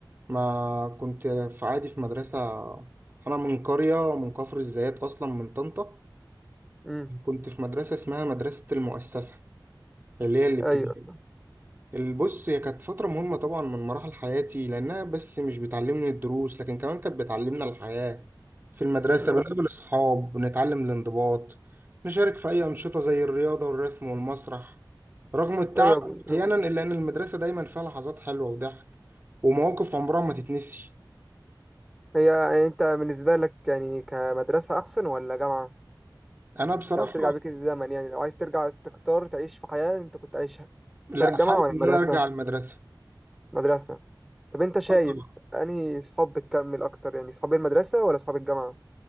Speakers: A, on the right; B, in the centre.
A: ما كنت في عادي في مدرسة أنا من قرية من كفر الزيات أصلا من طنطا
B: امم
A: كنت في مدرسة اسمها مدرسة المؤسسة اللي هي الابتدائي
B: ايوه
A: البص هي كانت فترة مهمة طبعا من مراحل حياتي لأنها بس مش بتعلمني الدروس لكن كمان كانت بتعلمنا الحياة في المدرسة
B: ما-
A: بنقابل أصحاب بنتعلم الانضباط نشارك في أي أنشطة زي الرياضة والرسم والمسرح رغم التعب
B: ايوه بالظبط
A: أحيانا إلا إن المدرسة دايما فيها لحظات حلوة وضحك ومواقف عمرها ما تتنسي
B: هي يعني انت بالنسبه لك يعني كمدرسه احسن ولا جامعه
A: انا بصراحه
B: لو ترجع بيك الزمن يعني لو عايز ترجع تختار تعيش في حياة انت كنت عايشها
A: لا
B: تختار الجامعة
A: حابب
B: ولا
A: ان
B: المدرسة
A: انا ارجع المدرسه
B: مدرسة طب انت شايف
A: اه طبعا
B: انهي صحاب بتكمل اكتر يعني صحاب المدرسة ولا صحاب الجامعة